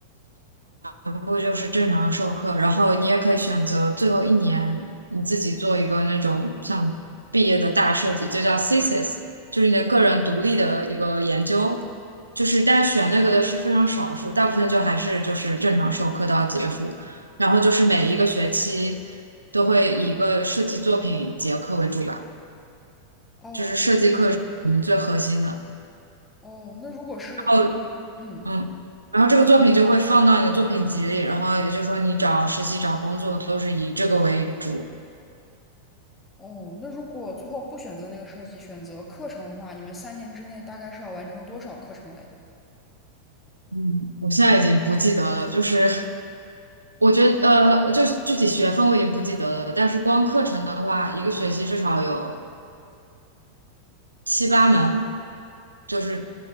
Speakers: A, on the right; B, on the left.
A: 部就是正常授课，然后你也可以选择最后一年你自己做一个那种像毕业的大设计，就叫 thesis，就是你的个人独立的一个研究。就是但是选那个的是非常少数，大部分就还是就是正常授课到结束，然后就是每一个学期都会以一个设计作品结课为主吧。
B: 哦
A: 就是设计课是我们最核心的。
B: 哦，那如果是
A: 然后，
B: 嗯。
A: 嗯，然后这个作品就会放到你的作品集里，然后也就是说你找实习、找工作都是以这个为主。
B: 哦，那如果最后不选择那个设计，选择课程的话，你们三年之内大概是要完成多少课程嘞？
A: 嗯，我现在已经不记得了，就是我觉得呃，就是具体学分我已经不记得了，但是光课程的话，一个学期至少有七八门，就是